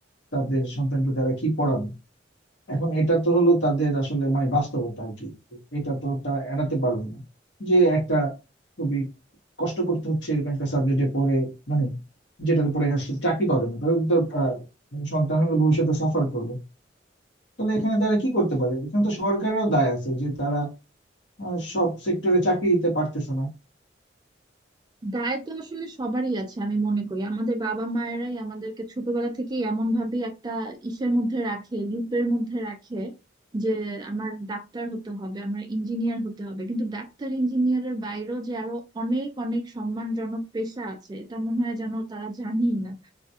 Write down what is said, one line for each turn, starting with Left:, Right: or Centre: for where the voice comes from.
Left: তাদের সন্তানকে তারা কি পড়াবে এখন এটা তো হলো তাদের আসলে মানে বাস্তবতা আর কি এটা তো তারা এড়াতে পারবে না যে একটা খুবই কষ্ট করতে হচ্ছে এরকম একটা সাবজেক্টে পড়ে মানে যেটাতে পড়ে আসলে চাকরি পাবে না তাদের তো আহ, সন্তান হলে ভবিষ্যতে সাফার করবে তাহলে এখানে তারা কি করতে পারে এখানে তো সরকারেরও দায় আছে যে তারা আহ, সব সেক্টরে চাকরি দিতে পারতেছে না
Right: দায় তো আসলে সবারই আছে আমি মনে করি আমাদের বাবা মায়েরাই আমাদেরকে ছোটবেলা থেকে এমন ভাবে একটা ইসের মধ্যে রাখে লুপের মধ্যে রাখে যে আমার ডাক্তার হতে হবে আমার ইঞ্জিনিয়ার হতে হবে কিন্তু ডাক্তার ইঞ্জিনিয়ারের বাইরেও যে আরো অনেক অনেক সম্মানজনক পেশা আছে এটা মনে হয় যেন তারা জানেই না